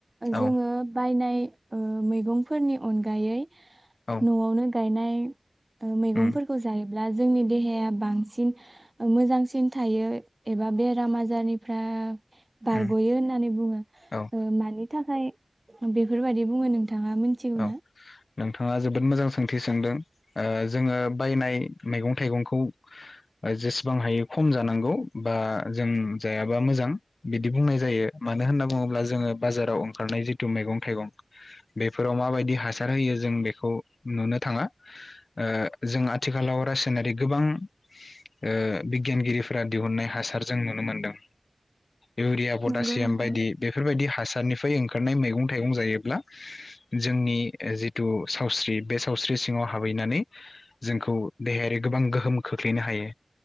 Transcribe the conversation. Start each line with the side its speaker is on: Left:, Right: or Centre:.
Left: औ
Right: जोङो बायनाय ओ मैगंफोरनि अनगायै
Left: औ
Right: न'आवनो गायनाय मैगंफोरखौ
Left: उम
Right: जायो ब्ला जोंनि देहाया बांसिन मोजांसिन थायो एबा बेराम आजारनिफ्राय बारग'यो
Left: उम
Right: होननानै बुङो
Left: औ
Right: ओ मानि थाखाय बेफोरबायदि बुङो नों नोंथाङा मिथिगौ
Left: औ
Right: ना?
Left: नोंथाङा जोबोद मोजां सोंथि सोंदों ओ जोङो बायनाय मैगं थायगंखौ जेसेबां हायो खम जानांगौ बा जों जायाबा मोजां बिदि बुंनाय जायो मानो होनना बुङोब्ला जोङो बाजाराव ओंखारनाय जिथु मैगं थाइगं बे फोराव माबायदि हासार होयो जों बेखौ नुनो थाङा ओ जों आथिखालाव रासायनारि गोबां ओ बिगियानगिरिफोरा दिहुननाय हासार जों नुनो मोनदों। इउरिया पटासियाम
Right: नंगौ नोंथां।
Left: बायदि बेफोरबायदि हासारनि फ्राय ओंखारनाय मैगं थाइगं जायोब्ला जोंनि जिथु सावस्रि बे सावस्रि सिङाव हाबहैनानै जोंखौ देहायारि गोबां गोहोम खोख्लैनो हायो